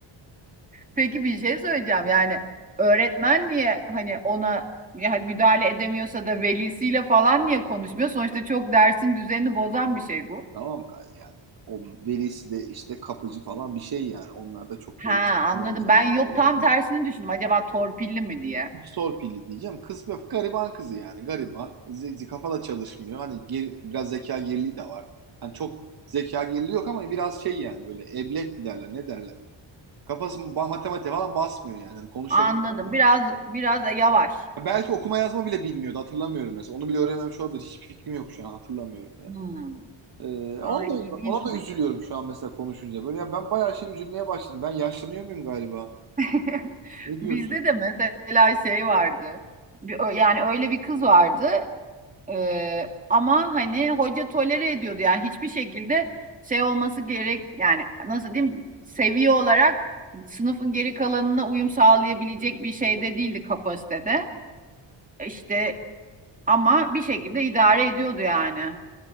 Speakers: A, on the right; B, on the right.
A: Peki bir şey söyleyeceğim. Yani öğretmen niye hani ona yani müdahale edemiyorsa da velisiyle falan niye konuşmuyor? Sonuçta çok dersin düzenini bozan bir şey bu.
B: Tamam yani o velisi de işte kapıcı falan bir şey yani. Onlar da çok
A: Ha
B: böyle
A: anladım.
B: önemseyen
A: Ben yok
B: şeyler
A: tam
B: değil.
A: tersini düşündüm. Acaba torpilli mi diye.
B: Hiç torpilli diyeceğim. Kız bir gariban kızı yani. Gariban. Ze- Kafada çalışmıyor. Hani geri- biraz zeka geriliği de var. Hani çok zeka geriliği yok ama biraz şey yani böyle eblek mi derler ne derler. Kafası matematik falan basmıyor yani. Hani konuşabiliyor
A: Anladım.
B: ama.
A: Biraz biraz da yavaş.
B: Belki okuma yazma bile bilmiyordu. Hatırlamıyorum mesela. Onu bile öğrenmemiş olabilir. Hiçbir fikrim yok şu an. Hatırlamıyorum. yani.
A: Hmm.
B: Ee,
A: Ay,
B: ona
A: ilginçmiş.
B: da, ona da üzülüyorum şu an mesela konuşunca. Böyle ya ben bayağı şey üzülmeye başladım. Ben yaşlanıyor muyum galiba?
A: <laughs>
B: Ne diyorsun?
A: Bizde de mesela şey vardı. Bir- ö- Yani öyle bir kız vardı. Ee, ama hani hoca tolere ediyordu yani hiçbir şekilde şey olması gerek yani nasıl diyeyim seviye olarak sınıfın geri kalanına uyum sağlayabilecek bir şeyde değildi kapasitede. işte ama bir şekilde idare ediyordu yani